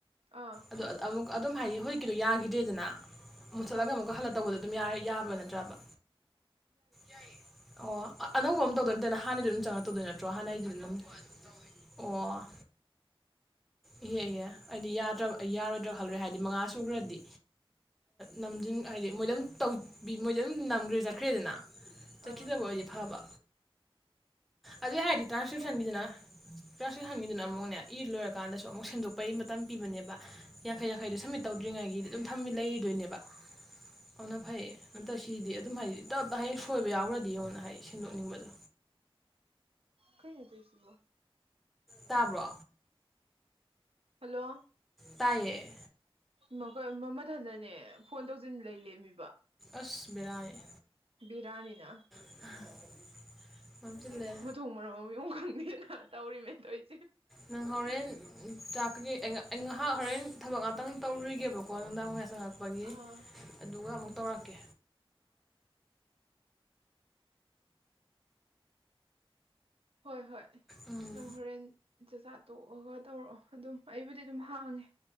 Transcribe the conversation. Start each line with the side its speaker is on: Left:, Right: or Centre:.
Right: ꯑꯥ
Centre: ꯑꯗꯣ ꯑꯃꯨꯛ ꯑꯗꯨꯝ ꯍꯥꯏꯗꯤ ꯍꯧꯖꯤꯛꯀꯤꯗꯣ ꯌꯥꯒꯤꯗ꯭ꯔꯦꯗꯅ ꯃꯨꯠꯊꯠꯂꯒ
Right: ꯑꯥ
Centre: ꯑꯃꯨꯛꯀ ꯍꯜꯂ ꯇꯧꯕꯗꯣ ꯑꯗꯨꯝ ꯌꯥꯔꯦ ꯌꯥꯕ꯭ꯔꯥ ꯅꯠꯇ꯭ꯔꯕ ꯌꯥꯏꯌꯦ ꯑꯣ ꯑꯅꯧꯕ ꯑꯃ ꯇꯧꯗꯣꯏ ꯅꯠꯇꯅ ꯍꯥꯟꯅꯩꯗꯨ ꯑꯗꯨꯝ ꯆꯪꯉ ꯇꯧꯗꯣꯏ ꯅꯠꯇ꯭ꯔꯣ ꯍꯥꯟꯅꯒꯤꯗꯨ ꯅꯨꯅꯝ ꯑꯅꯧꯕ ꯑꯗꯨꯝ ꯇꯧ ꯑꯣ ꯏꯍꯦ ꯏꯍꯦ ꯑꯩꯗꯤ ꯌꯥꯗ꯭ꯔꯕ ꯑꯩ ꯌꯥꯔꯣꯏꯗ꯭ꯔ ꯈꯜꯂꯨꯔꯦ ꯍꯥꯏꯗꯤ ꯃꯉꯥ ꯁꯨꯒ꯭ꯔꯗꯤ
Right: ꯎꯝ
Centre: ꯅꯝꯖꯤꯡ ꯍꯥꯏꯗꯤ ꯃꯣꯏ ꯑꯗꯨꯝꯇꯧ ꯕꯤ ꯃꯣꯏꯗꯤ ꯑꯗꯨꯝ ꯅꯝꯈ꯭ꯔꯦ ꯆꯠꯈ꯭ꯔꯦꯗꯅ ꯆꯠꯈꯤꯗꯕ
Right: ꯑꯥ
Centre: ꯑꯣꯏꯗꯤ ꯐꯕ ꯑꯗꯨꯏ ꯍꯥꯏꯔꯗꯤ ꯇ꯭ꯔꯥꯟꯁꯀ꯭ꯔꯤꯞꯁꯟꯒꯤꯗꯅ
Right: ꯑꯩꯈꯣꯏ
Centre: ꯇ꯭ꯔꯥꯟꯁ꯭ꯀ꯭ꯔꯤꯞꯁꯟꯒꯤꯗꯨꯅꯥ ꯑꯃꯨꯛꯅꯦ ꯏꯂꯣꯏꯔꯀꯥꯟꯗꯁꯨ ꯑꯃꯨꯛ ꯁꯦꯝꯗꯣꯛꯄꯩ ꯃꯇꯝ ꯄꯤꯕꯅꯦꯕ ꯌꯥꯡꯈꯩ ꯌꯥꯡꯈꯩꯗꯣ ꯁꯝꯃꯤꯠ ꯇꯧꯗ꯭ꯔꯤꯉꯩꯒꯤꯗꯤ ꯑꯗꯨꯝ ꯊꯝꯃꯤ ꯂꯩꯔꯤꯗꯣꯏꯅꯦꯕ꯫ ꯑꯣꯅ ꯐꯩꯌꯦ ꯅꯠꯇ ꯁꯤꯗꯤ ꯑꯗꯨꯝ ꯍꯥꯏꯗꯤ ꯇꯞꯇꯥꯏ ꯍꯌꯦꯡ ꯁꯣꯏꯕ ꯌꯥꯎꯈ꯭ꯔꯗꯤ ꯌꯦꯡꯉ‌ꯣꯅ ꯍꯥꯏ ꯁꯦꯝꯗꯣꯛꯅꯤꯡꯕꯗꯣ꯫
Right: ꯀꯩꯅꯣ ꯇꯧꯏꯁꯤꯕꯨ꯫
Centre: ꯇꯥꯕ꯭ꯔꯣ
Right: ꯍꯜꯂꯣ
Centre: ꯇꯥꯏꯌꯦ
Right: ꯃꯈꯣꯏ ꯃꯃꯥꯊꯟꯗꯅꯦ ꯐꯣꯟ ꯇꯧꯁꯤꯟ ꯂꯩ ꯂꯦꯝꯃꯤꯕ
Centre: ꯑꯁ ꯕꯦꯔ‌ꯥꯅ‌ꯦ
Right: ꯕꯤꯔꯥꯅꯤꯅ
Centre: <unintelligible> ꯃꯝꯖꯤꯜꯂ‌ꯦ
Right: ꯃꯊꯣꯡ ꯃꯔꯝ ꯑꯝ ꯃꯑꯣꯡ ꯈꯪꯗꯦꯅ ꯇꯧꯔꯤꯃꯦꯗ ꯇꯧꯏꯁꯦ
Centre: ꯅꯪ ꯍꯣꯔꯦꯟ ꯆꯥꯛꯀꯩꯀꯩ ꯑꯩ ꯉꯥꯏꯍꯥꯛ ꯍꯣꯔꯦꯟ ꯊꯕꯛ ꯉꯥꯛꯇꯪ ꯇꯧꯔꯨꯒꯦꯕꯀꯣ ꯅꯨꯡꯗꯥꯡ ꯋꯥꯏ ꯌꯥꯆꯪꯉꯛ ꯄꯒꯤ
Right: ꯑꯥ
Centre: ꯑꯗꯨꯒ ꯑꯃꯨꯛ ꯇꯧꯔꯛꯀꯦ
Right: ꯍꯣꯏ ꯍꯣꯏ
Centre: ꯎꯝ
Right: ꯅꯪ ꯍꯣꯔꯦꯟ ꯆꯥꯛꯆꯥ ꯇꯣꯛꯑꯒ ꯇꯧꯔꯛꯑꯣ ꯑꯗꯨꯝ ꯑꯩꯕꯨꯗꯤ ꯑꯗꯨꯝ ꯍꯥꯡꯉꯦ